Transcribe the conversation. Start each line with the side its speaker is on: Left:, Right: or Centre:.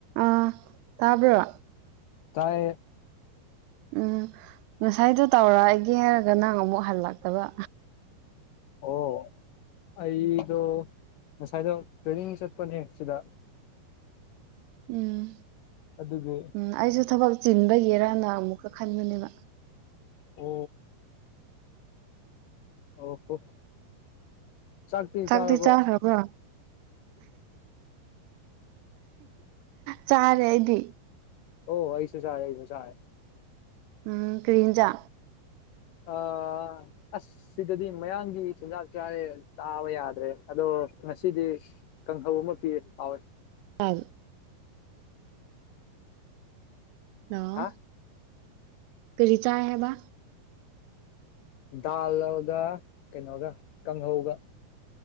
Right: ꯑ ꯇꯥꯕ꯭ꯔ
Left: ꯇꯥꯏ
Right: ꯎꯝ ꯉꯁꯥꯏꯗꯨꯣ ꯇꯧꯔꯛꯑꯒꯦ ꯍꯥꯏꯔꯒ ꯅꯪ ꯑꯃꯨꯛ ꯍꯜꯂꯛꯇꯕ
Left: ꯑꯣ ꯑꯩꯗꯣ ꯉꯁꯥꯏꯗ ꯇ꯭ꯔꯦꯅꯤꯡ ꯆꯠꯄꯅꯦ ꯁꯤꯗ
Right: ꯎꯝ
Left: ꯑꯗꯨꯒꯤ
Right: ꯎꯝ ꯑꯩꯁꯨ ꯊꯕꯛ ꯆꯤꯟꯕꯒꯤꯔꯅ ꯑꯃꯨꯛ ꯈꯟꯕꯅꯦꯕ
Left: ꯎꯝ ꯑꯣ ꯍꯣ ꯆꯥꯛꯄꯤꯤ
Right: ꯆꯥꯛꯇꯤ
Left: ꯆꯥꯔꯕ꯭ꯔꯣ
Right: ꯆꯥꯈ꯭ꯔꯕ꯭ꯔꯣ ꯆꯥꯔꯦ ꯑꯩꯗꯤ
Left: ꯑꯣ ꯑꯩꯁꯨ ꯆꯥꯔꯦ ꯑꯩꯁꯨ ꯆꯥꯔꯦ
Right: ꯎꯝ ꯀ꯭ꯔꯤꯟꯖꯥ
Left: ꯑ ꯑꯁ ꯁꯤꯗꯗꯤ ꯃꯌꯥꯡꯒꯤ ꯆꯤꯟꯖꯥꯛ ꯆꯥꯦ ꯇꯥꯕ ꯌꯥꯗ꯭ꯔꯦ ꯑꯗꯣ ꯑꯣ ꯉꯁꯤꯗꯤ ꯀꯥꯡꯍꯧ ꯑꯃ ꯄꯤ ꯐꯥꯎꯋꯦ
Right: ꯑ ꯑ
Left: ꯍꯥ
Right: ꯀꯔꯤ ꯆ ꯍꯥꯏꯕ
Left: ꯗꯥꯜꯒ ꯀꯩꯅꯣꯒ ꯀꯥꯡꯍꯧꯒ